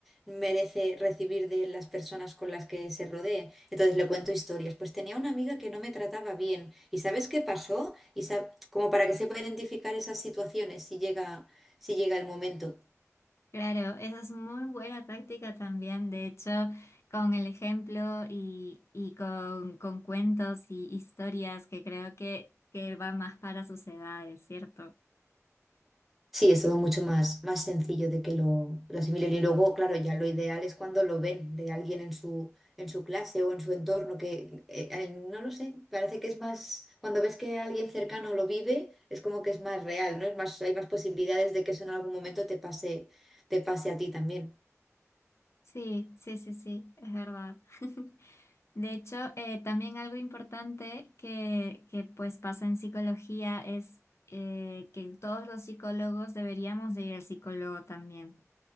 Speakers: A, in the centre; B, on the left.
A: merece recibir de las personas con las que se rodee. Entonces le cuento historias. Pues tenía una amiga que no me trataba bien. ¿Y sabes qué pasó? Y sab- como para que sepa identificar esas situaciones si llega, si llega el momento.
B: Claro, esa es muy buena táctica también. De hecho, con el ejemplo y, y con, con cuentos y historias que creo que, que va más para sus edades, ¿cierto?
A: Sí, es todo mucho más, más sencillo de que lo, lo asimilen. Y luego, claro, ya lo ideal es cuando lo ven de alguien en su, en su clase o en su entorno, que eh, eh, no lo sé, parece que es más, cuando ves que alguien cercano lo vive, es como que es más real, ¿no? Es más, hay más posibilidades de que eso en algún momento te pase, te pase a ti también.
B: Sí, sí, sí, sí, es verdad. <laughs> De hecho, eh, también algo importante que, que, pues pasa en psicología es eh, que todos los psicólogos deberíamos de ir al psicólogo también.